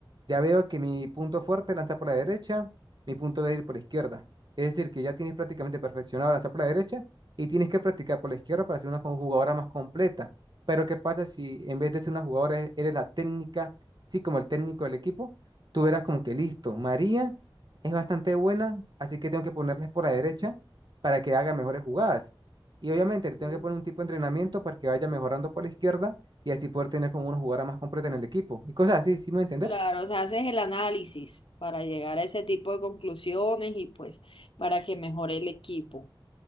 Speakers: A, on the right; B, on the left.
A: ya veo que mi punto fuerte es lanzar por la derecha, mi punto débil por la izquierda. Es decir, que ya tienes prácticamente perfeccionado lanzar por la derecha y tienes que practicar por la izquierda para ser una co- jugadora más completa. Pero ¿qué pasa si en vez de ser una jugadora e- eres la técnica, sí, como el técnico del equipo, tú verás como que listo, María es bastante buena, así que tengo que ponerles por la derecha para que haga mejores jugadas. Y obviamente le tengo
B: Mm.
A: que poner un tipo de entrenamiento para que vaya mejorando por la izquierda y así poder tener como una jugada más completa en el equipo. Y cosas así, ¿sí me voy a entender?
B: Claro, o sea, haces el análisis para llegar a ese tipo de conclusiones y pues para que mejore el equipo.